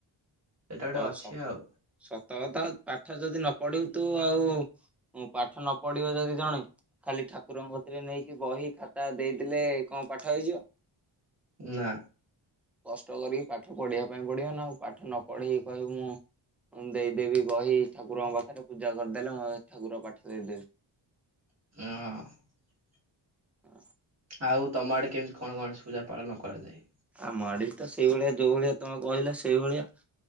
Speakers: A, on the right (about 35°); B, in the centre.
A: ସେଟା ଗୋଟେ
B: ହଉ
A: ଅଛି
B: ହଉ
A: ଆଉ।
B: ସତକତା ପାଠ ଯଦି ନ ପଢୁ ତୁ ଆଉ ପାଠ ନ ପଢିବ ଯଦି ଜଣେ ଖାଲି ଠାକୁରଙ୍କ ଏଥିରେ ନେଇକି ବହି, ଖାତା ଦେଇଦେଲେ କଣ ପାଠ ହେଇଯିବ?
A: ନା
B: କଷ୍ଟ କରିକି ପାଠ ପଢ଼ିବା ପାଇଁ ପଡିବ ନା ଆଉ ପାଠ ନ ପଢେଇି କହିବି ମୁଁ ଦେଇଦେବି ବହି ଠାକୁରଙ୍କ ପାଖରେ ପୂଜା କରିଦେଲେ ମୁଁ ଠାକୁର ପାଠ ଦେଇଦେବେ।
A: ହଁ।
B: ହ
A: ଆଉ ତମ ଆଡ଼େ କେମିତି କଣ ଗଣେଶ ପୂଜା ପାଳନ କରାଯାଏ।
B: ଆ ମାଡିଲ ତ ସେଇଭଳିଆ ଯୋଉ ଭଳିଆ ତମେ କହିଲା ସେଇଭଳିଆ